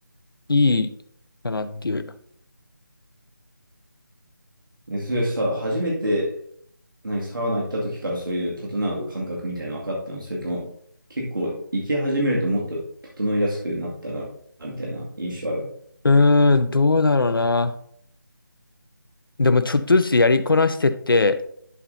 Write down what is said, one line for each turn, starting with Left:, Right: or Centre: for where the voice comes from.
Left: いいかなっていう。
Right: え、それさ、初めて、何、サウナ行った時からそういう整う感覚みたいなの分かったのそれとも、結構行き始めるともっと整いやすくなったな、みたいな印象ある。
Left: うーん、どうだろうな。でも、ちょっとずつやりこなしてって、